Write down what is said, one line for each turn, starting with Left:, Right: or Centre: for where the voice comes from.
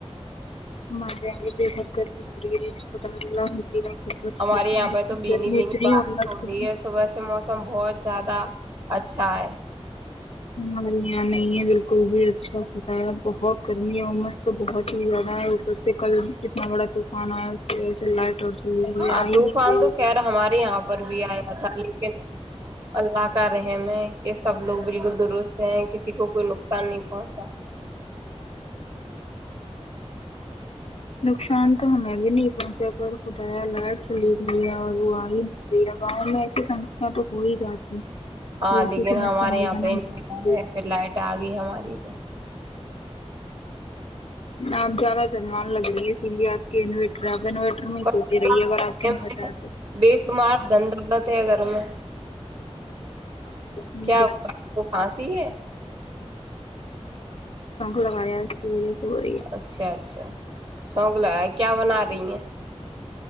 Left: <unintelligible>
Right: ہمارے
Left: اتنی
Right: یہاں پہ تو بنیی
Left: گرمی
Right: بنیی
Left: اتنی
Right: بارش
Left: امس
Right: ہو رہی ہے صبح سے موسم بہت زیادہ اچھا ہے
Left: ہے یہاں نہیں ہے بالکل بھی اچھا ختا ہے بہت گرمی ہے اور مست تو بہت ہی زیادہ ہے اوپر سے کل کتنا بڑا طوفان آیا ہے اس کی وجہ سے لائٹ اور چلی گئی
Right: ہاں
Left: آ ہی
Right: طوفان
Left: نہیں رہی
Right: تو خیر ہمارے یہاں پر بھی آیا تھا لیکن اللہ کا رحم ہےس سب لوگ بالکل درست ہیں کسی کو کوئی نقصان نہیں پہنچا
Left: نقصان تو ہمیں بھی نہیں پہنچا پر خدایا لائٹ چلی گیا اور وہ آ ہی نہیں گیا گاؤں میں ایسی سمسیا تو ہو ہی جاتی ہے
Right: ہاں
Left: یہ ایسی
Right: لیکن
Left: سمسیا
Right: ہمارے
Left: ہو
Right: یہاں
Left: جانا
Right: پہوٹ
Left: نارمل،
Right: پھر لائٹ آ گئی ہماری تو
Left: آپ زیادہ دنوان لگ رہی ہے اسی لیے آپ کے انویٹر آپ انوٹر میں ہی
Right: بس
Left: سوتی رہی اگر آپ کے انورٹر آ تو
Right: بے شمار دن دولت ہے گھر میں
Left: <unintelligible> شپو
Right: کیا ہوا آپ کو کھانسی ہے
Left: لگایا ہے اس کی وجہ سے ہو رہی ہے
Right: اچھا اچھا چونکلا کیا بنا رہی ہیں